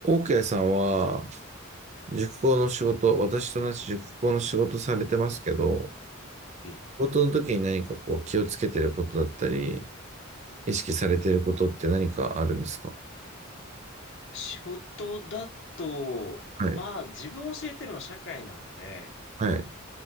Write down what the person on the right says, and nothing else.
ケーさんは、塾講の仕事、私と同じ塾講の仕事されてますけど、
仕事の時に何かこう気をつけてることだったり、意識されてることって何かあるんですか
はい、
はい、